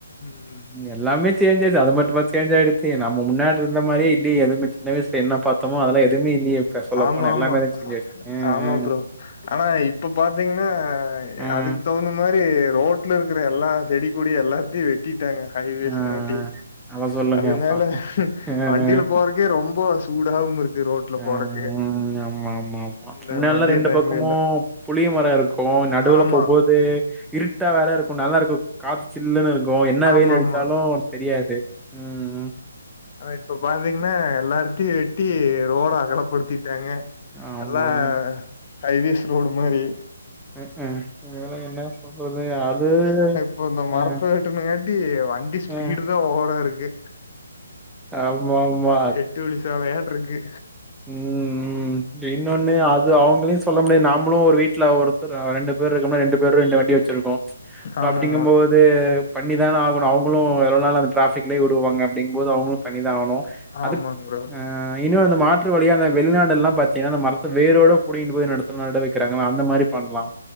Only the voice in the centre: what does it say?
இங்க எல்லாமே சேஞ் தா அது மட்டுமா சேச் ஆயிடுச்சு நம்ம முன்னாடி இருந்த மாரியை இல்லியே எதுமே சின்ன வயசுல என்ன பார்த்தோமோ எல்லாம் எதுவுமே இல்லையே இப்ப சொல்லப்போனா
எல்லாமே
இருந்துச்சி இங்கே ஆ
ஆ
ம்
ம். அத சொல்லுங்க
அப்பா ம்
ம்
ம் ஆமா ஆமா ஆமா
முன்னெல்லாம்
ரெண்டு
பக்கமும்
புளிய மரம் இருக்கும் நடுவுல
போம்போதே தே இருட்டா வேற இருக்கும் நல்லா இருக்கும் காத்து சில்லுன்னு இருக்கும் என்ன
வெயில் அடிச்சாலும் தெரியாது ம் ம்
ஆமா,
ஆமா.
ம்ம் வேலை என்ன சொல்றது அது
அ,
அ.
ஆமா, ஆமா.
ம் ம் ம் இன்னொன்னு அது அவங்களையும் சொல்ல முடியாம் நாமளும் ஒரு வீட்ல ஒருத்தர் ரெண்டு பேர் இருக்கும் ரெண்டு பேரும் ரெண்டு வண்டி வச் ச்சிருகோம்
அப்டிங்கும் போது அது பண்ணி தானே ஆகணும் அவங்களும் எவ்ளோ நாள் அந்த ஃடராபிக்லயே விடுவாங்க அப்டிங்கும் போது அவங்களும் பண்ணி தான் ஆகணும்
அது
அ இன்னொன்னு மா மாற்று வழியா அந்த வெளிநாடு எல்லாம் பாத்தீங்கன்னா அந்த மரத்தை வேரோட புடின் போய் நடத்து நட வைகிறாங்கள அந்த மாதிரி பண்ணலாம்